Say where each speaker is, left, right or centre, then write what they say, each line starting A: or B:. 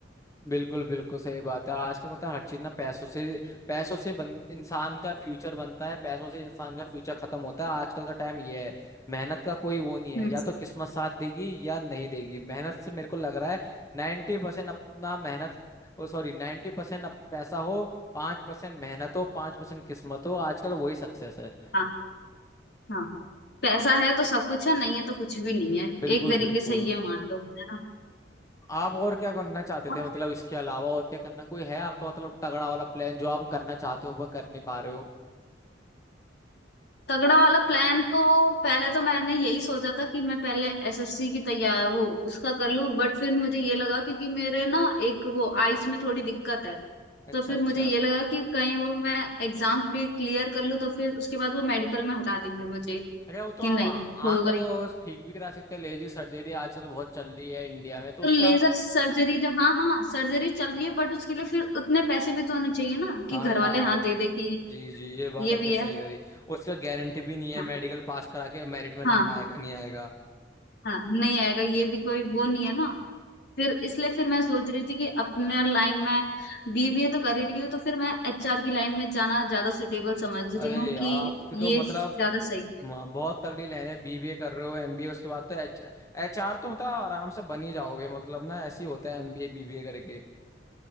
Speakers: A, on the left; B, on the left.
A: बिल्कुल बिल्कुल सही बात है आजकल मतलब हर चीज ना पैसों से पैसों से बन, इंसान का फ्यूचर बनता है पैसों से इंसान का फ्यूचर खत्म होता है आजकल का टाइम ये है मेहनत का कोई वो नहीं है
B: हम्म
A: या तो किस्मत साथ देगी या नहीं देगी मेहनत से मेरे को लग रहा है नाइन्टी परसेंट अपना मेहनत ओ सॉरी नाइन्टी परसेंट पैसा हो पांच परसेंट मेहनत हो पांच परसेंट किस्मत हो आजकल वही सक्सेस है
B: हाँ हाँ पैसा है तो सब कुछ है नहीं है तो कुछ भी नहीं है
A: बिल्कुल
B: एक तरीके
A: बिल्कुल
B: से ये मान लो है ना
A: आप और क्या करना चाहते
B: और
A: थे मतलब इसके अलावा और क्या करना कोई है आपका मतलब तगड़ा वाला प्लान जो आप करना चाहते हो पर कर नहीं पा रहे हो
B: तगड़ा वाला प्लान तो पहले तो मैंने यही सोचा था कि मैं पहले एसएससी की तैयार वो उसका कर लूं बट फिर मुझे ये लगा क्योंकि मेरे ना एक वो आईज में थोड़ी दिक्कत है
A: अच्छा
B: तो फिर
A: अच्छा
B: मुझे ये लगा कि कहीं वो मैं एग्जाम्स भी क्लियर कर लूँ तो फिर उसके बाद वो मेडिकल में हटा देंगे मुझे
A: अरे वो तो
B: कि
A: आप
B: नहीं
A: आ-
B: होगा
A: आँख तो
B: ही
A: ठीक भी करा सकते हैं लेजी सर्जरी आजकल बहुत चल रही है इंडिया में तो
B: तो
A: उससे
B: लेजर
A: आप
B: सर्जरी जो हाँ हाँ सर्जरी चल रही है बट उसके लिए फिर उतने पैसे भी तो होने चाहिए ना कि
A: हाँ
B: घर
A: यार
B: वाले हाँ दे दे कि
A: जी जी ये बात
B: ये
A: आपने
B: भी
A: सही
B: है
A: करी उसका गारंटी भी नहीं है
B: हाँ
A: मेडिकल पास करा के मेरिट में नाम
B: हाँ
A: आएगा नहीं आएगा
B: हाँ नहीं आएगा ये भी कोई वो नहीं है ना फिर इसलिए फिर मैं सोच रही थी कि अपने लाइन में बीबीए तो कर ही रही हूँ तो फिर मैं एचआर की लाइन में जाना ज्यादा सुटेबल समझ रही
A: अरे
B: हूँ
A: यार
B: कि
A: आपके तो
B: ये
A: मतलब
B: ज्यादा सही है
A: म- बहुत तगड़ी लाइन है बीबीए कर रहे हो एमबीए उसके बाद तो एच एचआर तो मतलब आराम से बन ही जाओगे मतलब ना ऐसे ही होता है एमबीए बीबीए करके